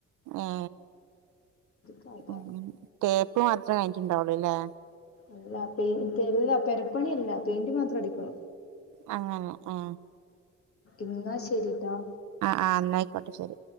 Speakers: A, on the right; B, on the left.
A: ഏ
B: കഥ
A: മ്മ് തേപ്പ് മാത്രേ കഴിട്ടുണ്ടാവുള്ളൂല്ലേ?
B: അല്ല പെയിന്റ് അല്ല പെരപ്പണിയല്ല പെയിന്റ് മാത്രം അടിക്ക്ണ്
A: ആ ആ
B: ഇന്നാ ശരിട്ടാ
A: അ ആ ഇന്നായിക്കോട്ടെ ശരി.